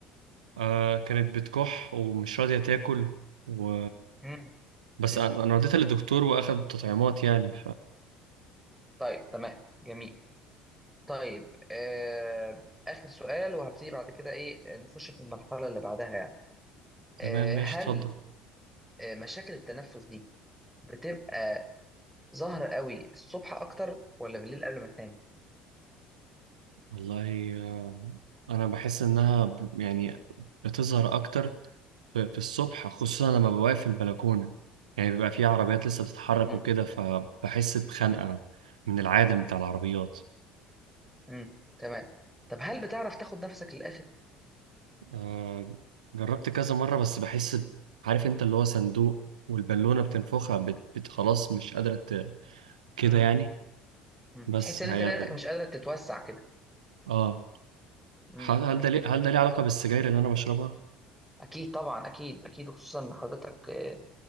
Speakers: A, on the right; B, in the centre.
A: آه كانت بتكح ومش راضية تاكل و...
B: مم.
A: بس
B: مم.
A: انا أنا وديتها للدكتور واخد تطعيمات يعني
B: طيب تمام جميل طيب آه آخر سؤال وهبتدي بعد كده إيه نخش في المرحلة اللي بعدها يعني
A: تمام
B: آه
A: ماشي
B: هل
A: اتفضل
B: آه مشاكل التنفس دي بتبقى ظاهرة قوي الصبح أكتر ولا بالليل قبل ما تنام؟
A: والله آه، انا بحس انها ب- يعني بتظهر اكتر في في الصبح خصوصا لما بوقف في البلكونه يعني بيبقى في عربيات لسه بتتحرك
B: مم.
A: وكده فبحس بخنقه
B: مم.
A: من العالم بتاع العربيات
B: مم. تمام طب هل بتعرف تاخد نفسك للآخر؟
A: آه، جربت كذا مره بس بحس ب- عارف انت اللي هو صندوق والبالونه بتنفخها بت بت- خلاص مش قادره ت- كده
B: مم.
A: يعني
B: مم.
A: بس
B: تحس إن
A: هي
B: أنت رئتك مش قادرة تتوسع كده؟
A: اه
B: مم.
A: هل هل
B: مم.
A: ده ليه هل ده ليه علاقه بالسجاير اللي انا بشربها
B: اكيد طبعا اكيد اكيد وخصوصا ان حضرتك آه،